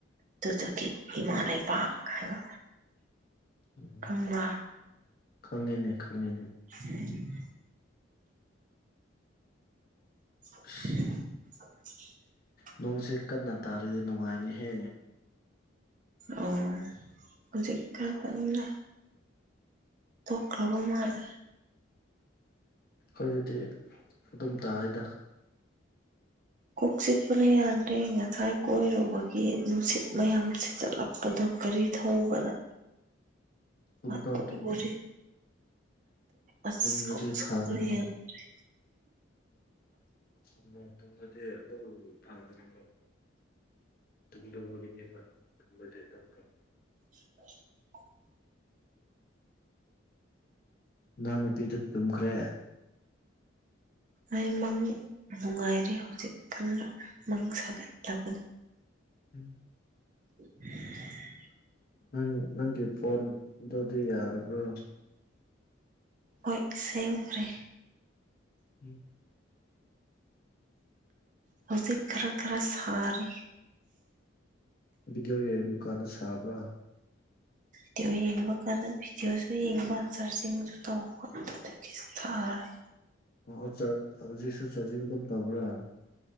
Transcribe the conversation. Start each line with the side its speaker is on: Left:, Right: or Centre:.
Right: ꯗꯨꯗꯨꯒꯤ ꯏꯃꯥ ꯂꯩꯕꯥꯛ ꯍꯥꯏꯕ
Left: ꯎꯝ
Right: ꯈꯪꯕ꯭ꯔꯥ
Left: ꯈꯪꯉꯤꯅꯦ ꯈꯪꯉꯤꯅꯦ
Right: ꯎ <inaudible>
Left: ꯑꯁ ꯅꯣꯡꯁꯦ ꯀꯟꯅ ꯇꯥꯔꯗꯤ ꯅꯨꯡꯉꯥꯏꯅꯤꯍꯦ
Right: ꯑꯣ ꯍꯧꯖꯤꯛ ꯈꯔ ꯀꯟꯅ ꯇꯣꯛꯈ꯭ꯔꯕ ꯃꯥꯜꯂꯦ
Left: ꯈꯣꯏꯗꯗꯤ ꯑꯗꯨꯝ ꯇꯥꯏꯗ
Right: ꯀꯣꯛ ꯆꯤꯛꯄꯅ ꯌꯥꯗ꯭ꯔꯦ ꯉꯁꯥꯏ ꯀꯣꯏꯔꯨꯕꯒꯤ ꯅꯨꯡꯁꯤꯠ ꯃꯌꯥꯝ ꯁꯤꯆꯠꯂꯕ ꯄꯗꯨ ꯒꯔꯤ ꯊꯧꯕꯗ
Left: ꯇꯨꯝꯗꯔꯣ
Right: ꯑꯗꯨ
Left: ꯇꯨꯝꯗꯔꯣ
Right: ꯒꯥꯔꯤ ꯑꯁ
Left: ꯇꯨꯝꯔꯗꯤ
Right: ꯀꯣꯀ ꯆꯤꯛꯄꯅ
Left: ꯐꯒꯅꯤ
Right: ꯌꯥꯗꯔꯦ
Left: ꯑꯗꯨꯗ ꯇꯨꯝꯂꯗꯤ ꯑꯗꯨꯝ ꯐꯪꯒꯅꯤ ꯇꯨꯝꯗꯕꯒꯤꯅꯦꯕ ꯇꯨꯝꯂꯗꯤ ꯑꯗꯨꯝ
Right: <unintelligible>
Left: ꯅꯪ ꯅꯨꯄꯤꯗꯨ ꯇꯨꯝꯈ꯭ꯔꯦ
Right: ꯑꯩꯃꯪ ꯅꯨꯡꯉꯥꯏꯔꯤ ꯍꯧꯖꯤꯛ ꯀꯥꯟꯅ ꯃꯪ ꯁꯥꯒꯠꯂꯕꯅꯤ
Left: <unintelligible>
Right: <unintelligible>
Left: ꯅꯪ ꯅꯪꯒꯤ ꯐꯣꯟꯗꯨꯗꯤ ꯌꯥꯔꯕ꯭ꯔꯣ
Right: ꯍꯣꯏ ꯁꯦꯝꯈꯔꯦ
Left: <unintelligible>
Right: ꯍꯧꯖꯤꯛ ꯈꯔ ꯈꯔ ꯁꯔꯤ
Left: ꯚꯤꯗꯤꯑꯣ ꯌꯦꯡꯕ ꯀꯥꯟꯗ ꯁꯥꯕ꯭ꯔꯥ <unintelligible>
Right: ꯚꯤꯗꯤꯑꯣ ꯌꯦꯡꯕ ꯀꯥꯟꯗ ꯚꯤꯗꯤꯑꯣꯁꯨ ꯌꯦꯡꯕ ꯁꯥꯔꯆꯤꯡꯁꯨ ꯇꯧꯕ ꯑꯗꯨꯗꯒꯤ ꯁꯥꯔꯤ
Left: ꯑꯣ ꯑꯣ ꯆꯥ ꯍꯧꯖꯤꯛꯁꯨ ꯆꯥꯔꯖꯤꯡ ꯑꯗꯨꯝ ꯇꯧꯕ꯭ꯔꯥ